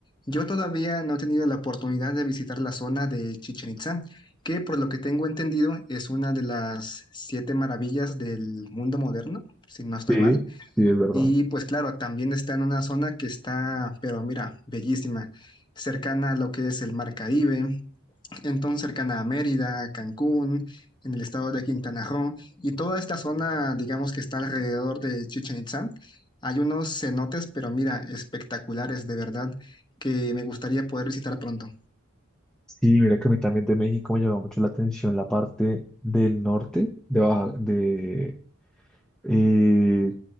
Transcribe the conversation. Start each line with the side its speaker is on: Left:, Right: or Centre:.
Left: yo todavía no he tenido la oportunidad de visitar la zona de Chichen Itza, que por lo que tengo entendido es una de las siete maravillas del mundo moderno, si no estoy
Centre: Sí,
Left: mal.
Centre: sí, es verdad.
Left: Y pues claro, también está en una zona que está, pero mira, bellísima, cercana a lo que es el Mar Caribe, entonces cercana a Mérida, Cancún, en el estado de Quintana Roo, y toda esta zona, digamos que está alrededor de Chichen Itzá, hay unos cenotes, pero mira, espectaculares de verdad, que me gustaría poder visitar pronto.
Centre: Sí, mira que a mí también de México me llamó mucho la atención la parte del norte, de Baja, de, eh,